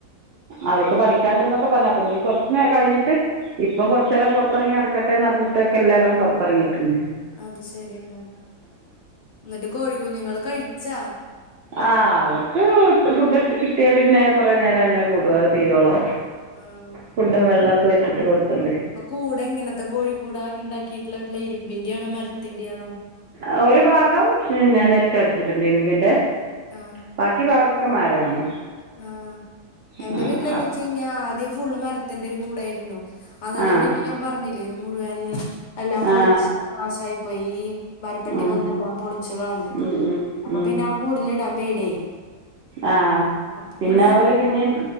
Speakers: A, on the right; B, on the left.
A: അവൾക്ക് പഠിക്കാണ്ട്ന്നൊക്ക പറഞ്ഞ പിന്നെ കൊറച്ച് നേരം കഴിഞ്ഞിട്ട് ഇപ്പൊ കൊറച്ച് നേരം പൊറത്തെറങ്ങി നടക്കട്ടേന്ന് പറഞ്ഞിട്ടൊക്കെ എല്ലാരും പൊറത്തെറങ്ങീട്ടുണ്ട്
B: അത് ശെരി ആഹ് എന്നിട്ട് കോഴി കുഞ്ഞുങ്ങള് കഴിച്ചാ
A: ആഹ് അവർക്ക് ഫുഡ് കിട്ടിയാ പിന്നെ കൊറെ നേരായിമേ കൂടു അത് തീരുവോളു
B: ആഹ്
A: ഫുഡും വെള്ളവൊക്ക വെച്ചിട്ട് കൊടുത്തുണ്ട്
B: പ്പ കൂടെങ്ങനത്ത കോഴി കൂടാ ഇണ്ടാക്കിയിട്ടുള്ള വീട്ടില് ഇരുമ്പിന്റെയാണോ മരത്തിന്റെയാണോ
A: ആഹ് ഒരു ഭാഗം പിന്നെ നെറ്റടിച്ചിട്ടുണ്ട് ഇരുമ്പിന്റെ
B: ആ
A: ബാക്കി ഭാഗം ക്ക മരാണ്
B: ആഹ് ആ എന്റെ
A: ആ
B: വീട്ടിലന്നെച്ചഞ്ഞ ആദ്യം ഫുള്ള് മരത്തിന്റെ ഒരു കൂടായിയിരുന്നു അന്നലെ
A: ആ
B: പിന്നെ ഞാൻ പറഞ്ഞി് ത് മുഴുവൻ എല്ലാം പൊളിച്ച്
A: ആ
B: നാശായി പോയി മരപ്പെട്ടി
A: ആ
B: വന്നെല്ലാം പൊളിച്ചു കളഞ്ഞ്
A: ഉം ഉം
B: അപ്പൊ
A: ഉം
B: പിന്നെ ആ കൂട്ല് ഇടാൻ പേടിയായി
A: ആഹ
B: അപ്പൊ
A: പിന്നെ അവര്
B: ഏഹ്,
A: പിന്നേം